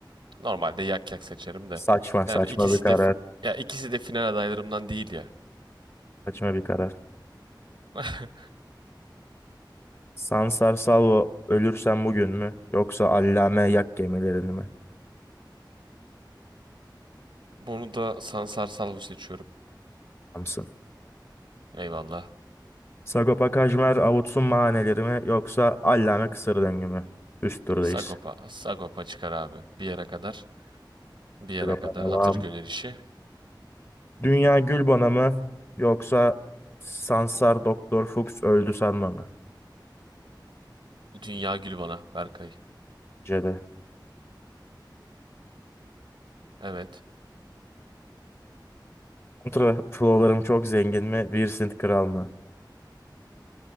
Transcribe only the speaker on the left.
Saçma
saçma
bir karar.
Saçma bir karar.
Sansar Salvo ölürsen bugün mü? Yoksa allame yak gemilerini mi?
Samsın.
Sagopa Kajmer avutsun mahaneleri mi? Yoksa allame kısır döngü mü? Üst turdayız.
Sagopa
devam.
Dünya Gülbana mı? Yoksa Sansar Doktor Fuchs öldü sanma mı?
Cede.
Kontra flowlarım çok zengin mi? Vincent Kral mı?